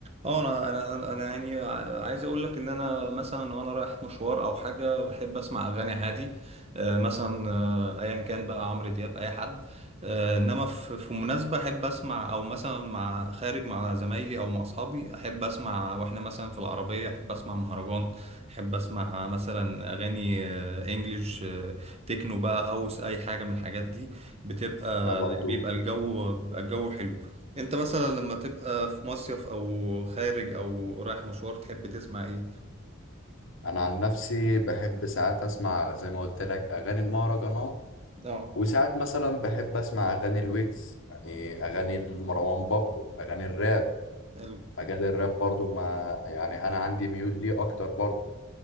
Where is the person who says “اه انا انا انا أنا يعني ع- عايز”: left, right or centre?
Right